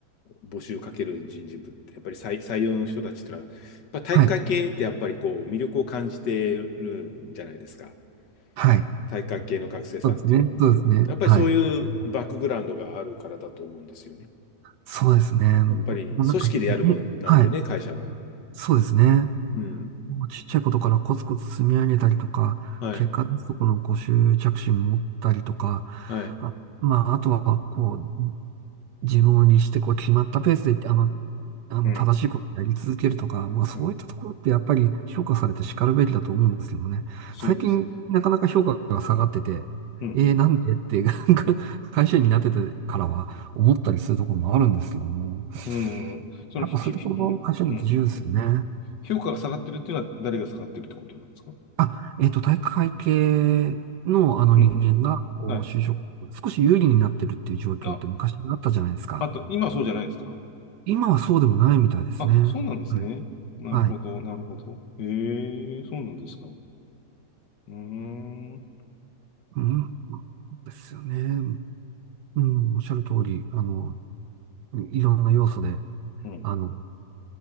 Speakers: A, on the left; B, on the right.
A: 募集かける人事部って、やっぱり採、採用の人たちってのは、やっぱ体育会系ってやっぱりこう、
B: はい。
A: 魅力を感じてるんじゃないですか。
B: はい。
A: 体育会系の学生さんっていうのは。
B: そうですね。そうですね。
A: うん、やっぱりそういうバックグラウンドがあるからだと思うんですよね。
B: はい。そうですね。もうなんか、
A: やっぱり組織でやるもんなんでね、
B: ねはい。
A: 会社は。
B: そうですね。
A: うん。
B: もうちっちゃいことからコツコツ積み上げたりとか、
A: はい。
B: 結果出すとこのご執着心持ったりとか、
A: はい。
B: あ、まあ、あとは、こう、自分を律して、こう、決まったペースで、あの、あの、
A: うん
B: 正しいことをやり続けるとか、まあ、そういったところってやっぱり評価されて叱るべきだと思うんですけどもね。
A: うん、そうです。
B: 最近、なかなか評価が下がってて、
A: うん。
B: えー、なんでって、<laughs> なんか会社員になっててからは思ったりするところもあるんですけども、
A: うん。その、
B: やっぱそういうところも会社員だと重要ですよね。
A: ひ、ひ、ひうん、うん。評価が下がってるっていうのは誰が下がってるってことなんですか
B: あ、えっと、体育会系のあの人間が、
A: うん。
B: こう、
A: はい。
B: 就職、少し有利になってるっていう状況って昔あったじゃないですか。
A: あ、あと、今はそうじゃないですか。
B: 今はそうでもないみたいですね。
A: あ、
B: はい。
A: そうなんですね。なるほど、
B: はい。
A: なるほど。ええ、そうなんですか。うーん。
B: うん。そうですよね。うん、おっしゃる通り、あの、いろんな要素で、
A: うん。
B: あの、